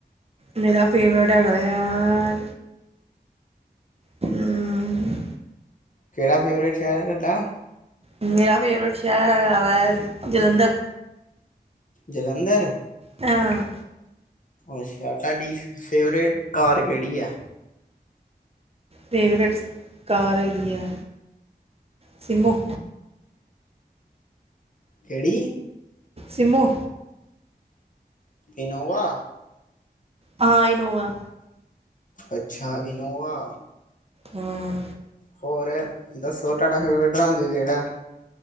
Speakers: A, on the right; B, on the left.
A: ਮੇਰਾ ਫੇਵਰੇਟ ਹੈਗਾ ਆ ਹਮ
B: ਕੇੜਾ ਫੇਵਰੇਟ ਸ਼ਹਿਰ ਐ ਤੁਹਾਡਾ
A: ਮੇਰਾ ਫੇਵਰੇਟ ਸ਼ਹਿਰ ਹੈਗਾ ਵਾ ਜਲੰਧਰ
B: ਜਲੰਧਰ।
A: ਹਾਂ।
B: ਅੱਛਾ ਤੁਹਾਡੀ ਫੇਵਰੇਟ ਕਾਰ ਕੇਹੜੀ ਹੈ
A: ਫੇਵਰੇਟ ਕਾਰ ਹੈਗੀ ਐ ਸਿੰਮੋ
B: ਕੇਹੜੀ
A: ਸਿਮੋ
B: ਇਨੋਵਾ।
A: ਹਾਂ ਇਨੋਵਾ।
B: ਅੱਛਾ ਇਨੋਵਾ।
A: ਹਾਂ।
B: ਹੋਰ ਦੱਸੋ ਤੁਹਾਡਾ ਫੇਵਰਟ ਰੰਗ ਕੇਹੜਾ